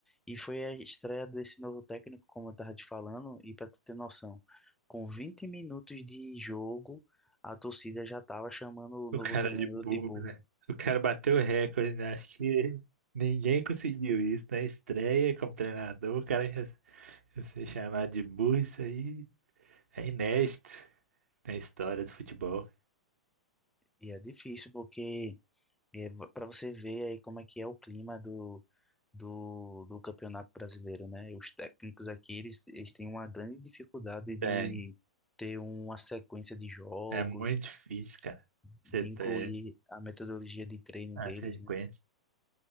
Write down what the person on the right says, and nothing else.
O
cara
de bobo,
né? O cara bateu o recorde, né? Acho que ninguém conseguiu isso na estreia como treinador. O cara já já ser chamado de burro, isso aí é inédito na história do futebol.
É,
é muito difícil, cara. Você
ter
a
sequência.